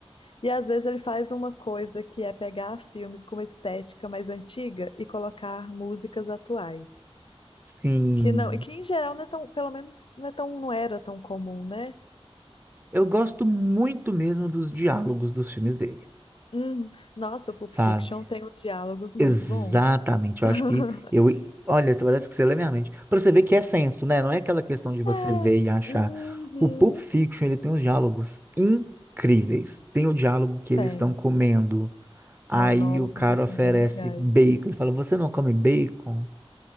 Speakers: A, on the left (about 55°); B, on the right (about 20°).
A: E às vezes ele faz uma coisa que é pegar filmes com uma estética mais antiga e colocar músicas atuais.
B: sim.
A: Que não, e que em geral não é tão, pelo menos não é tão, não era tão comum, né?
B: Eu gosto muito mesmo dos diálogos dos filmes dele,
A: Hum, nossa, o Pulp
B: sabe?
A: Fiction tem uns diálogos muito
B: Exatamente,
A: bons. <laughs>
B: eu acho que eu. Olha, parece que você lê minha mente. Pra você ver que é senso, né? Não é aquela questão de você
A: É,
B: ver e achar.
A: uhum,
B: O Pulp Fiction, ele tem uns diálogos incríveis. Tem o diálogo que eles
A: tem.
B: estão comendo.
A: Os
B: Aí
A: monólogos,
B: o cara
A: assim,
B: oferece
A: bem legais.
B: bacon. Ele fala: Você não come bacon?